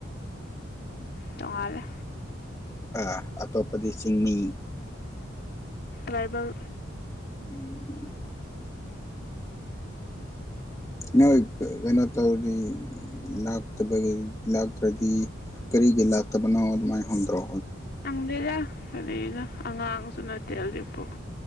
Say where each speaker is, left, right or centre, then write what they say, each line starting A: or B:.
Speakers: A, on the left (about 50°); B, on the left (about 15°).
A: ꯇꯣꯉꯔꯦ
B: ꯣꯏ ꯑꯇꯣꯞꯄꯗꯤ ꯆꯤꯡꯃꯤ
A: ꯒꯥꯏꯔꯕꯜ
B: ꯎꯝ ꯅꯣꯏ ꯀꯩꯅꯣ ꯇꯧꯔꯗꯤ ꯂꯇꯕ ꯂꯥꯛꯇ꯭ꯔꯗꯤ ꯀꯔꯤꯒꯤ ꯂꯥꯛꯇꯕꯅꯣ ꯑꯗꯨꯃꯥꯏꯅ ꯍꯣꯟꯗ꯭ꯔꯣ
A: ꯆꯪꯗ ꯂ ꯀꯔꯤꯅ ꯑꯉꯥꯡꯁꯨ ꯅꯠꯇꯦ ꯍꯧꯖꯤꯛꯄꯥꯎ